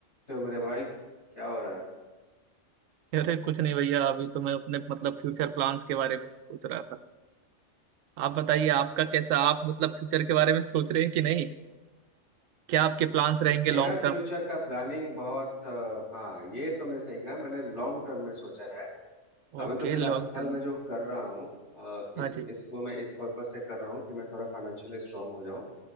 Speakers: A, on the left; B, on the right.
A: तो मेरे भाई क्या हो रहा है
B: अरे कुछ नहीं भैया अभी तो मैं अपने मतलब फ्यूचर प्लान्स के बारे में सोच रहा था आप बताइए आपका कैसा आप मतलब फ्यूचर के बारे में सोच रहे हैं कि नहीं क्या आपके प्लान्स रहेंगे
A: मेरा
B: long
A: फ्यूचर
B: term
A: का प्लानिंग बहुत अ, हाँ ये तुमने सही कहा मैंने लॉन्ग टर्म में सोचा है अभी
B: Okay
A: तो फिलहाल
B: long term
A: मैं जो कर रहा हूँ अ,
B: हाँ
A: इस
B: जी
A: इसको मैं इस पर्पस से कर रहा हूँ कि मैं थोड़ा फाइनेंशियली स्ट्रांग हो जाऊँ